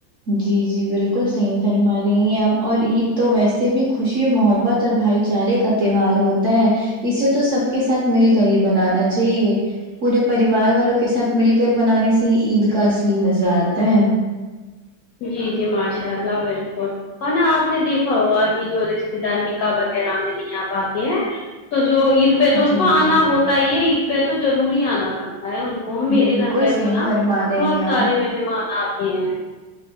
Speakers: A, on the right; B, on the left.
A: جی جی بالکل صحیح فرما رہی ہیں اپ اور عید تو ویسے بھی خوشی محبت بھائی چارے کا تیہوار ہوتا ہے اسے تو سب کے ساتھ مل کر ہی بنانا چاہیے پورے پریوار والوں کے ساتھ مل کر بنانے سے ہی عید کا اصلی مزہ آتا ہے
B: جی جی ماشاء اللہ بالکل اور نہ آپ نے دیکھا ہوگا کہ جو رشتے دار نکاح وغیرہ میں نہیں آ پاتے ہیں تو جو عید پہ تو ان
A: جی
B: کو آنا
A: جی
B: ہوتا ہی ہے عید پہ تو ضروری آنا پڑتا ہے ان وہ میرے
A: بالکل
B: گھر پہ
A: صحیح
B: تو نا
A: فرما رہی
B: بہت
A: ہیں
B: سارے
A: آپ
B: مہمان آتے ہیں